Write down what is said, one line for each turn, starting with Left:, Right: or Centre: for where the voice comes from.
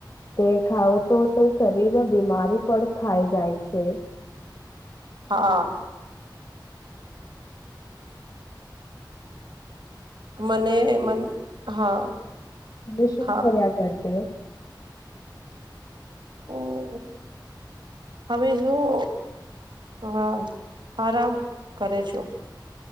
Left: તે ખાવો તો તો શરીરમાં બીમારી પણ થાય જાય છે.
Right: હા. મને મન હા <unintelligible>
Left: અને શું
Right: હા
Left: કર્યા કર? <unintelligible>
Right: હમ્મ હમે શું હ આરામ કરો છો?